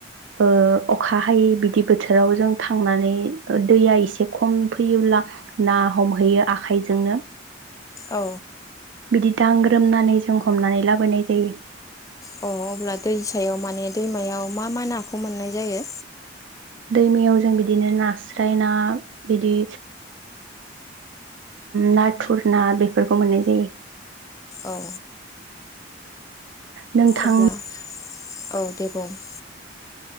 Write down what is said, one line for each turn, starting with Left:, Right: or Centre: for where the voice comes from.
Right: ओ अखा हायै बिदि बोथोराव जों थांनानै‌। दैया एसे खम फैयोब्ला ना हमहैयो आखाइजोंनो
Left: औ
Right: बिदि दांग्रोमनानै जों हमनानै लाबोनाय जायो।
Left: अ अब्ला दै सायाव माने दैमायाव मा-मा नाखौ मोननाय जायो?
Right: दैमायाव जों बिदिनो नास्राय ना बिदि। नाथुर ना बेफोरखौ मोननाय जायो।
Left: औ।
Right: नोंथां
Left: अब्ला औ दे बुं